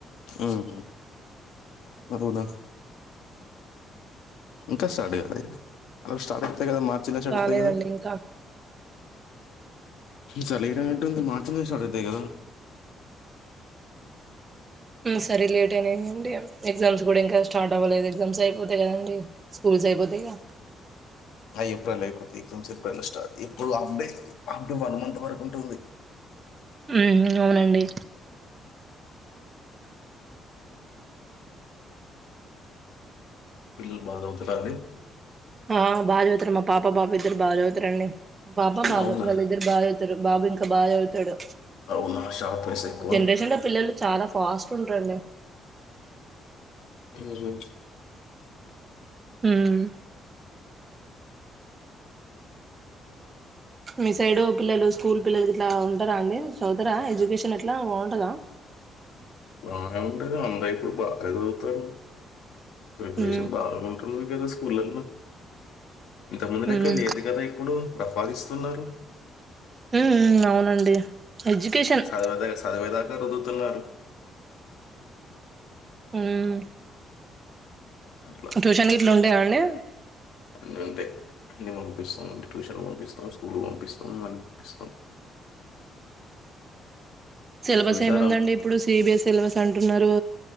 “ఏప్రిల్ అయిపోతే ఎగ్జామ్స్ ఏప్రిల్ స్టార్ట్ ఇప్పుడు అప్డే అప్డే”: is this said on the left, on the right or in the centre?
Left